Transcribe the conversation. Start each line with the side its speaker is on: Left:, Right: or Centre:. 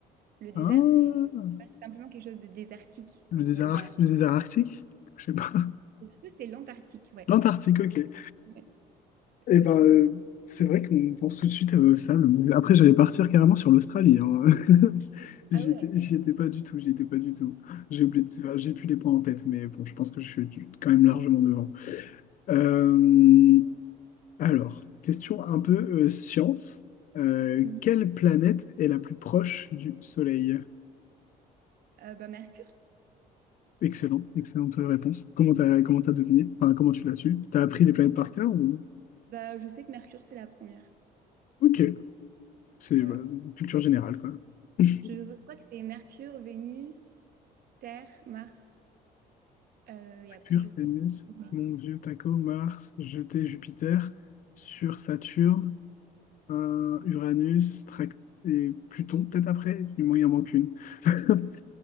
Right: Le désert,
Left: Ah,
Right: c'est tu vois, c'est simplement quelque chose de désertique.
Left: le
Right: Donc,
Left: désert,
Right: euh, où
Left: ar-
Right: il y a...
Left: le désert arctique? Je sais pas.
Right: C'est l'Antarctique, ouais.
Left: <laughs> L'Antarctique, ok.
Right: Ouais. C'est
Left: Et ben,
Right: le plus
Left: euh,
Right: grand.
Left: c'est vrai qu'on pense tout de suite à ça. le- Après, j'allais partir carrément sur l'Australie. hein. <laughs> J'y
Right: Ah ouais.
Left: étais, j'y étais pas du tout, j'y étais pas du tout. J'ai oublié, de- enfin, j'ai plus les points en tête, mais bon, je pense que je suis quand même largement devant. Euh, alors, question un peu euh, science. Euh,
Right: Bon.
Left: quelle planète est la plus proche du Soleil?
Right: Euh, bah, Mercure.
Left: Excellent, excellente réponse. Comment t'as comment t'as deviné? Enfin, comment tu l'as su? T'as appris les planètes par cœur ou...
Right: Bah, je sais que Mercure, c'est la première.
Left: Ok, c'est
Right: Voilà.
Left: bah, culture générale, quoi. <laughs>
Right: Je crois que c'est Mercure, Vénus, Terre, Mars. Euh, et
Left: Mercure,
Right: après, je sais.
Left: Vénus,
Right: pas. Mais Voilà.
Left: mon vieux taco, Mars, jeté Jupiter, sur Saturne, un Uranus, Trac- et Pluton, peut-être après, il m'en- il en manque une. <laughs>